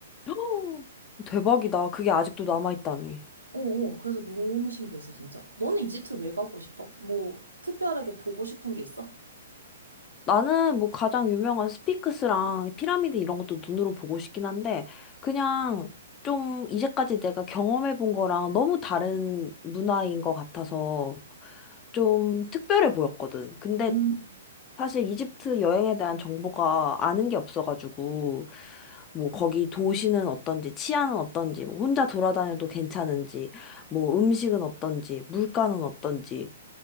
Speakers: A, on the left; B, on the right.
A: 헉, 대박이다. 그게 아직도 남아있다니.
B: 어, 어. 그래서 너무 신기했어, 진짜. 너는 이집트 왜 가고 싶어? 뭐, 특별하게 보고 싶은 게 있어?
A: 나는 뭐 가장 유명한 스핑크스랑 피라미드 이런 것도 눈으로 보고 싶긴 한데, 그냥 좀 이제까지 내가 경험해 본 거랑 너무 다른 문화인 것 같아서 좀 특별해 보였거든. 근데
B: 음,
A: 사실 이집트 여행에 대한 정보가 아는 게 없어가지고, 뭐 거기 도시는 어떤지, 치안은 어떤지, 뭐 혼자 돌아다녀도 괜찮은지, 뭐 음식은 어떤지, 물가는 어떤지,